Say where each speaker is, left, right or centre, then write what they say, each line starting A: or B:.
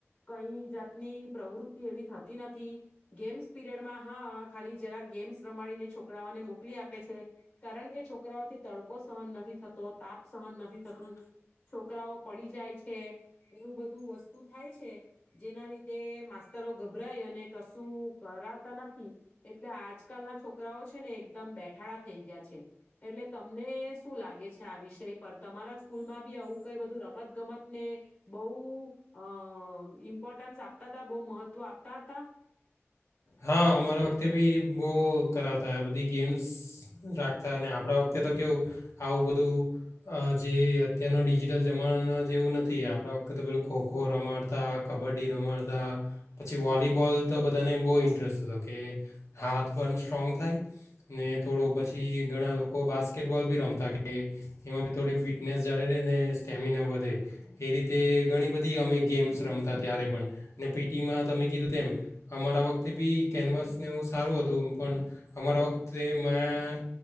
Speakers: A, on the left; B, on the left.
A: કઈ જાતની ની પ્રવૃતિ એવી થતી નથી ગેમ્સ પીરયડ માં હા ખાલી જરાક ગેમ્સ રમાડીને છોકરાઓને મોકલી આપે છે, કારણ કે છોકરાઓથી તડકો સહન નથી થતો તાપ સહન નથી થતું. છોકરાઓ પડી જાય છે એવું બધું વસ્તુ થાય છે, જેના લીધે માસ્તરો ગભરાય અને કશું નથી એટલે આજકાલ ના છોકરાઓ છે, ને એકદમ બેઠાડા થઈ ગયા છે, એટલે તમને શું લાગે છે, આ વિષય પર તમારા સ્કૂલમાં બી આવું કઈ બધું રમત ગમત ને, બૌ અ ઈમ્પોર્ટન્સ ઇમ્પોર્ટન્સ આપતા હતા બહુ મહત્વ આપતા હતા.
B: હા અમારા વખતે બી બહ કરાવતા બધી ગેમ્સ રાખતા અને આપણા વખતે તો કેવું, આવું બધું જે અત્યારનો ડિજીિટલ જમાના જેવું નથી આપણા વખતે તો પેલું ખો ખો રમાડતા, કબડ્ડી રમાડતા, પછી વોલીબોલ તો બધાને બહુ ઇન્ટરેસ્ટ હતો કે, હાથ પણ સ્ટ્રોંગ થાય ને થોડું પછી ઘણા લોકો બાસ્કેટબોલ બી રમતા કે, એમાં બી થોડી ફિટનેસ જાળ રહે ને સ્ટેમિના વધે, એ રીતે ઘણી બધી અમે ગેમ્સ રમતા ત્યારે પણ ને પી ટીમાં તમે કીધું તેમ, અમારા વખતે બી કેનવાસને સારું હતું, પણ અમારા વખતે મા